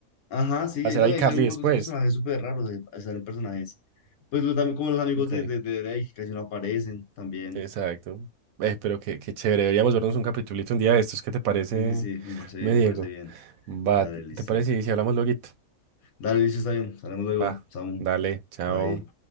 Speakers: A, on the left; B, on the right.
A: Ajá, sí,
B: hacer
A: no,
B: a
A: y ahí
B: Carly
A: salen un
B: después.
A: montón de personajes súper raros, ahí ahí salen personajes. Pues lo- también como los amigos
B: Icónico.
A: de, de, de Drake, que casi no aparecen también.
B: Exacto. Eh, pero qué, qué chévere, deberíamos vernos un capitulito un día de estos, ¿qué te parece,
A: Sí, sí, sí, me parece bien,
B: me
A: me
B: Diego?
A: parece bien.
B: Va,
A: Dale,
B: ¿te
A: listo.
B: parece? si hablamos luego.
A: Dale, listo, está bien. Salimos luego,
B: Va,
A: Samu.
B: dale, chao.
A: Bye.